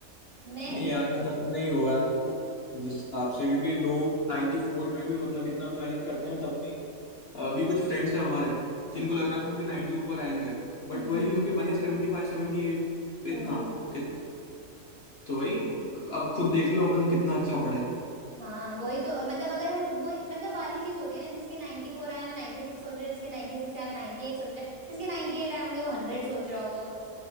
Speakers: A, on the right; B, on the left.
A: मैं
B: नहीं यार खत्म तो नहीं हुआ है
A: <laughs>
B: जिस हिसाब से क्योंकि लोग 94 में भी मतलब इतना मेहनत करते हैं तब भी अभी कुछ फ्रेंड्स हैं हमारे
A: हम्म
B: जिनको लग रहा था उनके 90 ऊपर आएंगे बट
A: हम्म
B: वही उनके बने 75 78
A: ओ
B: इतना इतना तो वही अब खुद देख लो अपन कितना अच्छा पढ़े
A: हाँ वही तो अब मतलब अगर हम वो मतलब वाली चीज होती है ना जिसके 94 फोर आए हैं, वो 96 सोच रहे हैं जिसके 96 आए हैं, वो 98 सोच रहे हैं जिसके 98 आए होंगे वो हंड्रेड सोच रहा